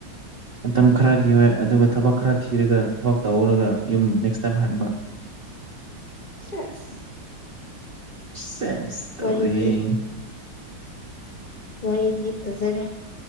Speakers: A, on the right (about 45°); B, on the left (about 50°).
A: ꯃꯇꯝ ꯈꯔꯒꯤ ꯑꯣꯏ ꯑꯗꯨꯒ ꯊꯕꯛ ꯈꯔ ꯊꯤꯔꯒ ꯊꯕꯛ ꯇꯧꯍꯔꯒ ꯌꯨꯝ ꯅꯦꯛꯁ ꯇꯥꯏꯝ ꯍꯥꯏꯟꯕ
B: ꯁꯦꯁ
A: ꯁꯦꯁ ꯇꯧꯔꯦꯍꯦ
B: ꯋꯥꯔꯤꯗꯤ ꯋꯥꯔꯤꯗꯤ ꯐꯖꯔꯦ